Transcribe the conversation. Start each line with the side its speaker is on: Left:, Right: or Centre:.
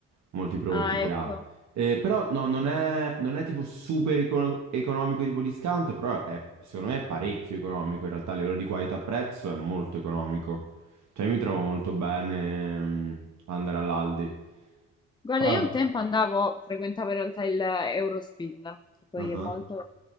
Right: Molti prodotti
Left: Ah,
Right: che
Left: ecco.
Right: ha. Eh, però no, non è, non è tipo super eco- economico tipo discount, però è, secondo me è parecchio economico in realtà, a livello di qualità-prezzo è molto economico. Cioè io mi trovo molto bene mm, ad andare all'Aldi.
Left: Guarda,
Right: Poi...
Left: io
Right: vabb-
Left: un tempo andavo, frequentavo in realtà il Eurospin, che poi
Right: Ah
Left: è
Right: ah,
Left: molto...